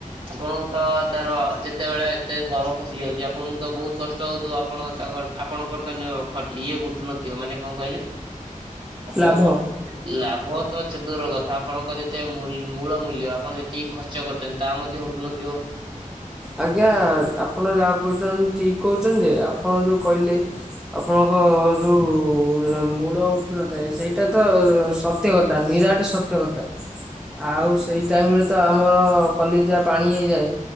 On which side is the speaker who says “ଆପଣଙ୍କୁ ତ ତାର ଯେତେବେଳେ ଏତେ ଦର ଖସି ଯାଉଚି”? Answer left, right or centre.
Right